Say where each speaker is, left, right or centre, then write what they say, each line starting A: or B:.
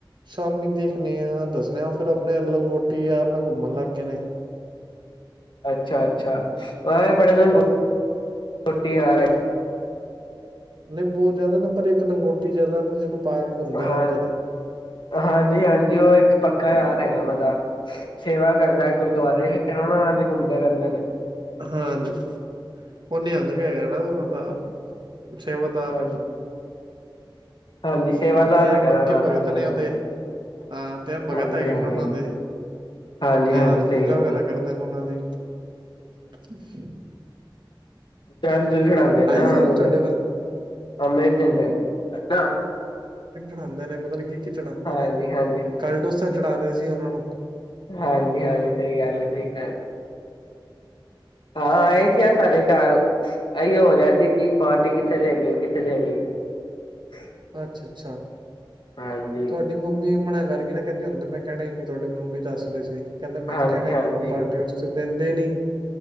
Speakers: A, on the right; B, on the left.
A: ਸ਼ਾਮੀ ਦੇਖਣੇ ਆ ਦੱਸਣੇ ਆ ਫਿਰ ਆਪਣੇ ਲੰਗੋਟੀ ਯਾਰ ਨਾਲ ਘੁੰਮਣ ਲੱਗ ਗਏ ਨੇ।
B: ਅੱਛਾ ਅੱਛਾ। ਮ ਬੜੇਛੋਟੀ ਆਾਰ
A: ਨਹੀਂ ਬਹੁਤ ਜ਼ਿਆਦਾ ਨਾ ਪਰ ਇੱਕ ਲੰਗੋਟੀ ਜ ਜ਼ਿਆਦਾ ਨੇ ਜਿਹਨੂੰ ਪਾ ਕੇ ਘੁੰਮਦੇ
B: ਹਾਂ
A: ਰਹਿੰਦੇ ਨੇ
B: ਹਾਂਜੀ ਹਾਂਜੀ ਉਹ ਇੱਕ ਪੱਕਾ ਯਾਰ ਹੈਗਾ ਉਹਨਾਂ ਦਾ ਸੇਵਾ ਕਰਦਾ ਗੁਰਦੁਆਰੇ ਫ ਉਹਨਾਂ ਨਾਲ ਘੁੰਮਦੇ ਰਹਿੰਦੇ ਨੇ।
A: ਹਾਂਜੀ ਉਹ ਨ ਅੰਗ ਕੇ ਕਿੜਾ ਨਾਂ ਦਾ ਸੇਵਾਦਾਰ
B: ਹਾਂ ਹਾਂਜੀ ਸੇਵਾਦਾਰ
A: ਤੇ
B: ਰੱਖਿਆ
A: ਇਹ ਪੱਕੇ
B: ਦਾ ਨਾਲ
A: ਭਗਤ
B: ਉਹਨਾਂ
A: ਨੇ ਉਹਦੇ
B: ਆਪਣੇ
A: ਹਾਂ ਤੇ ਆ ਭਗਤ
B: ਹਾਂਜੀ
A: ਹੈਗੇ
B: ਹਾਂਜੀ
A: ਨੇ ਉਹਨਾਂ ਦੇ
B: ਹਾਂਜੀ ਹਾਂਜੀ
A: ਐ
B: ਸਹੀ
A: ਪੂਜਾ
B: ਗੱਲ
A: ਵਗੈਰਾ
B: ਹੈ
A: ਕਰਦੇ ਨੇ ਉਹਨਾਂ ਦੀ। ਹ।
B: ਚਰ ਛਡਾਉਂਦੇ ਨੇ ਨਾ
A: ਸੀ
B: ਉਹਨਾਂ ਨੂੰ
A: ਅੱਜ ਤੁਹਾਡੇ
B: ਫਿਰ
A: ਵੱਲ
B: ਅੰਮ੍ਰਿਤ ਦਿੰਦੇ ਨੇ ਨਾ
A: ਖਦੇ ਨੇ ਪਤਾ ਨ ਕੀ ਕੀ ਚੜਾਉਂਦੇ
B: ਹਾਂਜੀ
A: ਨੇ
B: ਹਾਂਜੀ
A: ਕੱਲ ਡੋਸਾ ਚੜਾ ਰਹੇ ਸੀ ਉਹਨਾਂ ਨੂੰ
B: ਹਾਂਜੀ ਹਾਂਜੀ ਸਹੀ ਗੱਲ ਹੈ ਸਹੀ ਗ। ਹਾਂ ਇਹ ਸੀ ਆ ਸਾਡੇ ਘਰ ਇਹੀ ਹੋ ਰਿਹਾ ਸੀ ਕਿ ਪਾਰਟੀ ਕਿੱਥੇ ਦੇਣੀ ਹੈ ਕਿੱਥੇ ਦੇਣੀ ਹੈ।
A: ਅੱਛਾ ਅੱਛਾ।
B: ਹਾਂਜੀ
A: ਤੁਹਾਡੀ ਮੰਮੀ ਮਨਾ ਕਰ ਗਈ ਕਹਿੰਦੀ ਹੁੰਦਾ ਮੈਂ ਕਹਿਣਾ ਇੰਨੀ ਤੁਹਾਡੀ ਮੰਮੀ ਦੱਸ ਰਹੇ ਸੀ ਕਹਿੰਦਾ ਮੈਂ
B: ਹਾਂਜੀ
A: ਤਾਂ ਕਹਿਣਾ ਹੀ
B: ਹਾਂਜੀ
A: ਨੀ ਉਹਨੂੰ ਪਾਰਟੀ ਵਾਸਤੇ। ਦਿੰਦੇ ਨੀ